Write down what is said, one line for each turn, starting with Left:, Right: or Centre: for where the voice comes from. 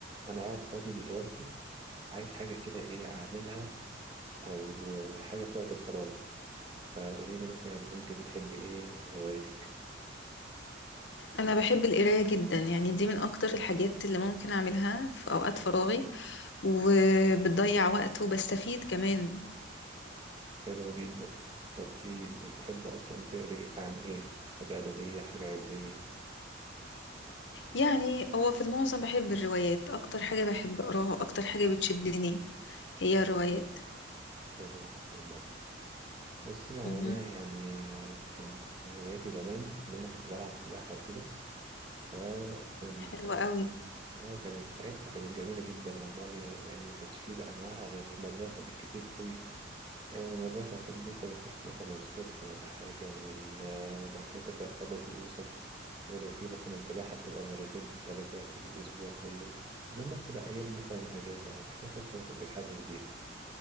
Right: انا قاعد فاضي دلوقتي عايز حاجه كده ايه اعملها او حاجه في وقت الفراغ فقولي لي مثلا انت بتحبي ايه هواياتك
Left: انا بحب القرايه جدا يعني دي من اكتر الحاجات اللي ممكن اعملها في اوقات فراغي وبتضيع وقت وبستفيد كمان
Right: حلو جدا طب قولي لي انت بتحبي اصلا تقري عن ايه حاجه ادبيه حاجه علميه
Left: يعني هو في المعظم بحب الروايات اكتر حاجه بحب اقراها اكتر حاجه بتشدني هي الروايات
Right: حلو جدا برضه بصي هو
Left: امم
Right: انا يعني آه، كان من هواياتي زمان ان انا كنت بلعب سباحه وكده فكان
Left: حلوه
Right: كان
Left: قوي
Right: كان- ساعتها كانت جميله جدا والله لان ما كانش فيه بقى معاها غير مدرسه بالكتير قوي يعني من المدرسة كنت أنت بتروح مثلا الصبح ولا حاجة وال- آه، وبعد كده ترجع تخلص دروسك ولو في مثلا سباحة بتبقى مرتين تلاتة في الأسبوع كله المهم بتبقى أيام مثلا الأجازة أو كده فأنت ما كنتش حاسس بيها